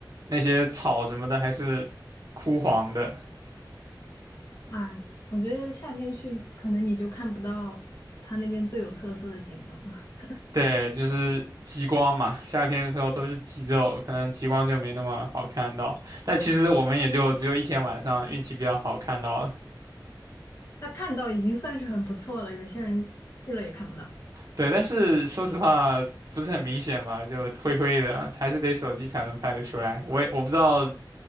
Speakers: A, on the right (about 50°); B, on the left (about 40°).
A: 那些草什么的还是枯黄的。
B: 啊，我觉得夏天去，可能你就看不到它那边最有特色的景了。<laughs>
A: 对，就是极光嘛，夏天的时候都是极昼，可能极光就没那么好看到。但其实我们也就只有一天晚上运气比较好看到了。
B: 那看到已经算是很不错了，有些人去了也看不到。
A: 对，但是说实话不是很明显吧，就灰灰的，还是得手机才能拍得出来。我也我不知道，